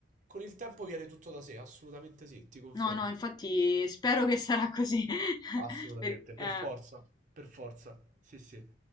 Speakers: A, on the right (about 40°); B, on the left (about 20°).
A: Con il tempo viene tutto da sé, assolutamente sì, ti confermo.
B: no, no, infatti spero che sarà così, <laughs>
A: Assolutamente,
B: per- eh.
A: per forza, per forza. Sì, sì.